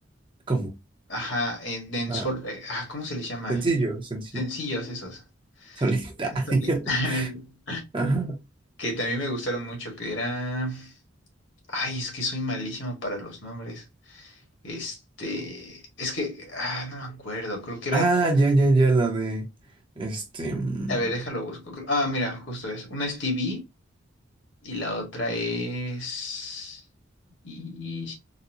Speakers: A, on the right (about 25°); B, on the left (about 65°).
A: ¿Cómo?
B: Ajá, en, en
A: Ah,
B: sol... eh, ah, ¿cómo se les llama?
A: sencillo, sencillo.
B: Sencillos esos.
A: Solitario.
B: <laughs>
A: <laughs> Ajá.
B: Que también me gustaron mucho, que era... Ay, es que soy malísimo para los nombres. Este, es que, ah, no me acuerdo, creo que era,
A: Ah, ya, ya, ya, la de. Este. mm,
B: a ver, déjalo busco. Creo- Ah, mira, justo es. Una es TV y la otra es... Y...